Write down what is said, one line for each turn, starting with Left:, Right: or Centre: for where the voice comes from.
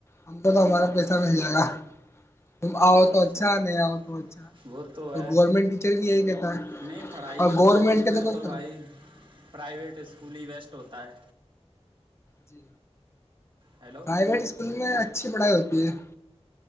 Left: ہم کو تو ہمارا پیسہ مل جائے گا تم آؤ تو
Right: صحیح
Left: اچھا
Right: ہے
Left: نہیں آؤ تو اچھا
Right: وہ تو ہے
Left: گورنمنٹ ٹیچر بھی یہی کہتا ہے
Right: نہیں پڑھائی
Left: اور
Right: کے ماحول
Left: گورنمنٹ کہتے
Right: میں
Left: کون
Right: تو
Left: سر
Right: بھائی پرائیویٹ اسکولی ویسٹ ہوتا ہے
Left: جی
Right: ہیلو
Left: پرائیویٹ اسکول میں اچھی پڑھائی ہوتی پ